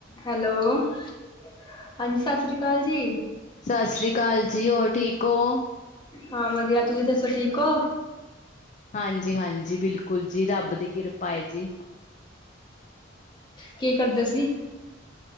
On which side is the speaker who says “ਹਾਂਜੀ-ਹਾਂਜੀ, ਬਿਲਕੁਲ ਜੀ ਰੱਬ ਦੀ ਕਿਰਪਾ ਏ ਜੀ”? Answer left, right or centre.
Left